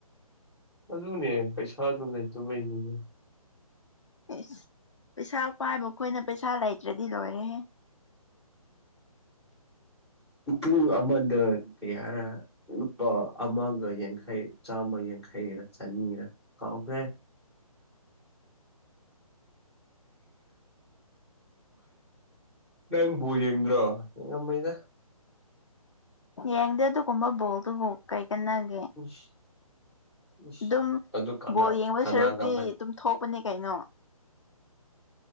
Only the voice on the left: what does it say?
ꯏꯁ ꯄꯩꯁꯥ ꯄꯥꯏꯕꯈꯣꯏꯅ ꯄꯩꯁꯥ ꯂꯩꯇ꯭ꯔꯗꯤ ꯂꯣꯏꯔꯦꯍꯦ
ꯌꯦꯡꯗꯦ ꯑꯗꯨꯒꯨꯝꯕ ꯕꯣꯜꯗꯨꯕꯨ ꯀꯩ ꯀꯟꯅꯒꯦ
ꯑꯗꯨꯝ
ꯕꯣꯜ ꯌꯦꯡꯕ
ꯁꯔꯨꯛꯇꯤ
ꯇꯨꯝꯊꯣꯛꯄꯅꯤ ꯀꯩꯅꯣ